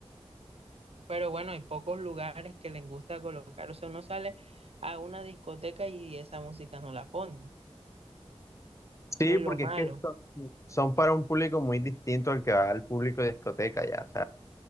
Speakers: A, on the right; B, on the left.
A: Pero bueno, hay pocos lugares que les gusta colocar. o sea uno sale a una discoteca y esa música no la ponen. Eso
B: Sí,
A: es
B: porque
A: lo malo.
B: es que son, son para un público muy distinto al que va al público de discoteca ya. O sea,